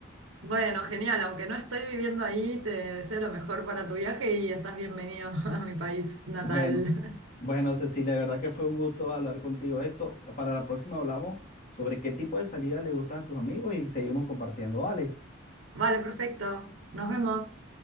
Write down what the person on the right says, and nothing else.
Bueno, genial, aunque no estoy viviendo ahí, te deseo lo mejor para tu viaje y estás bienvenido <laughs> a mi país natal.
<laughs> Vale, perfecto. Nos vemos.